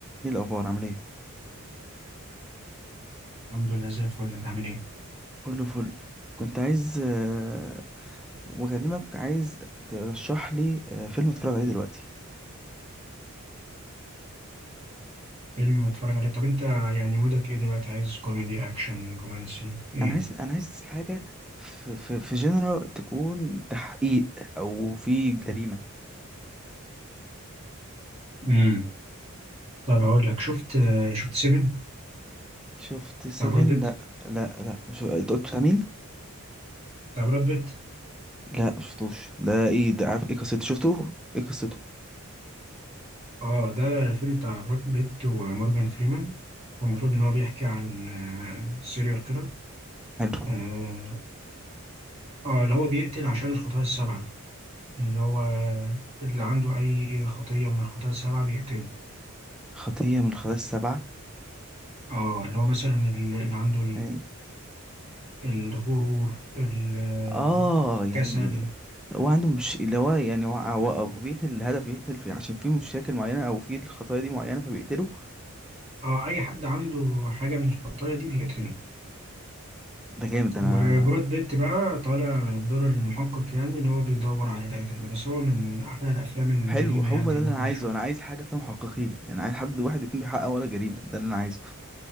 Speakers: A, in the centre; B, on the right (about 25°).
A: ايه الاخبار عامل ايه
B: الحمد لله زي الفل انت عامل ايه
A: كله فل كنت عايز آه، بكلمك عايز ترشح لي آه، فيلم اتفرج عليه دلوقتي
B: فيلم اتفرج عليه طب انت يعني مودك ايه دلوقتي عايز كوميدي اكشن رومانسي ايه
A: انا عايز انا عايز حاجه في في في جنرال تكون تحقيق او في جريمه
B: امم طب هقول لك شفت شفت سيفن
A: شفت سيفن
B: بتاع براد بيت
A: لا لا لا مش... انت قلت بتاع مين
B: بتاع براد بيت
A: لا مش شفتوش ده ايه ده عارف ايه قصته شفته ايه قصته
B: اه ده الفيلم بتاع براد بيت ومورجان فريمان هو المفروض ان هو بيحكي عن سيريال كيلر
A: حلو
B: اه آه، اللي هو بيقتل عشان الخطايا السبعة اللي هو اللي عنده اي خطية من الخطايا السبعة بيقتله
A: خطيه من الخطايا السبعه
B: اه اللي هو مثلا اللي عنده
A: يعني
B: الغرور ال-
A: اه يعني
B: الكسل
A: ال- هو عنده مش اللي هو يعني هو هو- هو بيقتل الهدف يقتل فيه عشان في مشاكل معينة او في الخطايا دي معينة فبيقتله
B: أو أي حد عنده حاجة من الخطايا دي بيقتله
A: ده جامد ده
B: وبراد
A: انا
B: بيت بقى طالع بدور المحقق يعني اللي هو بيدور على القاتل ده بس هو من أحلى الأفلام الجريمة
A: حلو هو
B: يعني اللي
A: ده اللي
B: ممكن
A: انا عايزه
B: تشوفها
A: انا عايز حاجة فيها محققين يعني عايز حد واحد يكون بيحقق ورا جريمة ده اللي انا عايزه